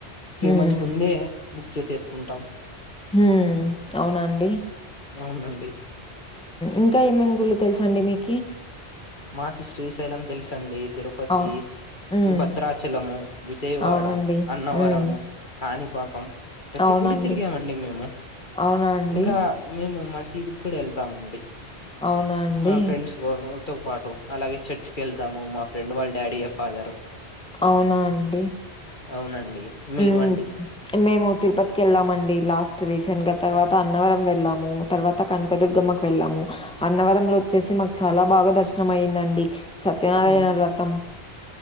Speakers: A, on the left (about 50°); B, in the centre.
A: త్రీ
B: హ్మ్.
A: మంత్స్ ముందే బుక్ చేసేసుకుంటాం
B: ఉమ్ అవున అండి
A: అవునండి
B: ఇంకా ఏమేం గుళ్ళు తెలుసా అండి మీకి
A: మాకి శ్రీశైలం తెలుసండి తిరుపతి
B: అవును. హ్మ్.
A: భద్రాచలము విజయవాడ
B: అవునండి.
A: అన్నవరము
B: హ్మ్.
A: కాని పాకం ప్రతి
B: అవునండి.
A: గుడి తిరిగామండి మేము
B: అవునా అండి?
A: ఇంకా మేము షిర్డీ కూడా వెళ్తామండి
B: అవునా అండి?
A: మా ఫ్రెండ్స్ తో పాటు అలాగే చర్చికి వెళ్తాము. మా ఫ్రెండ్ వాళ్ళ డాడీయే ఫాదర్ ఇట్లా
B: అవునా అండి
A: అవునండి మీరు
B: మ్మ్
A: అండి
B: మేము తిరుపతికి వెళ్ళామండి లాస్ ట్ రీసెంట్ గా తర్వాత అన్నవరం వెళ్ళాము. తర్వాత కనకదుర్గమ్కు వెళ్ళాము. అన్నవరంలో వచ్చేసి మాకు చాలా బాగా దర్శనం అయిిందండి. సత్యనారాయణ
A: ఆ,
B: వ్రతం